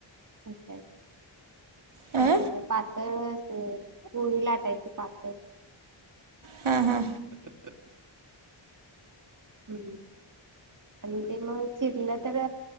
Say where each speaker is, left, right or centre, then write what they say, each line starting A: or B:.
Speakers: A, on the right; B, on the right.
A: ते.
B: अं
A: अण त्याच पातळ अस पोळी लाटायची पातळ. <inaudible>
B: हा हा!
A: <inaudible> हूं आण ते म चिरलं तर.